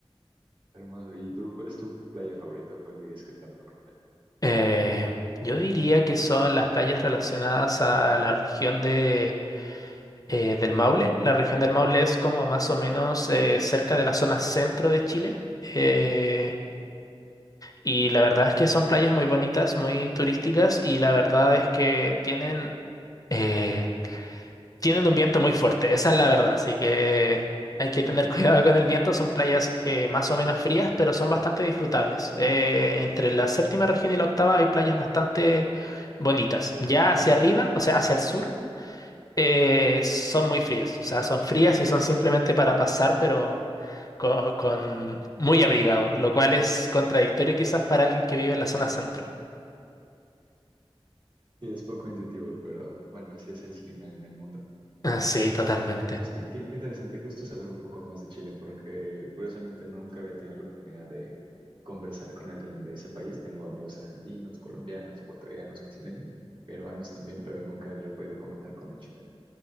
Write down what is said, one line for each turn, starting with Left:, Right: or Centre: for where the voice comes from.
Right: Hermoso. ¿Y tú, cuál es tu playa favorita? ¿O ¿Cuál dirías que es la mejor playa?
Left: Eh, yo diría que son las playas relacionadas a la región de, eh, del Maule. La región del Maule es como más o menos eh, cerca de la zona centro de Chile. Eh, y la verdad es que son playas muy bonitas, muy turísticas y la verdad es que tienen Eh, tienen un viento muy fuerte, esa es la verdad, así que hay que
Right: <laughs>
Left: tener <laughs> cuidado con el viento. Son playas eh, más o menos frías, pero son bastante disfrutables. Eh, entre la séptima región y la octava hay playas bastante bonitas. Ya hacia arriba, o sea, hacia el sur, eh, son muy frías. O sea, son frías y son simplemente para pasar, pero con, con- muy abrigado, lo cual es contradictorio quizás para alguien que vive en la zona centro.
Right: Sí, es poco intuitivo, pero bueno, así es el clima en el mundo.
Left: Ah, Sí, totalmente.
Right: Ay, pues qué, qué- qué interesante, qué gusto saber un poco más de Chile, porque curiosamente nunca había tenido la oportunidad de conversar con alguien de ese país. Tengo amigos argentinos, colombianos, ecuatorianos, brasileños, peruanos también, pero nunca había podido conversar con un chileno.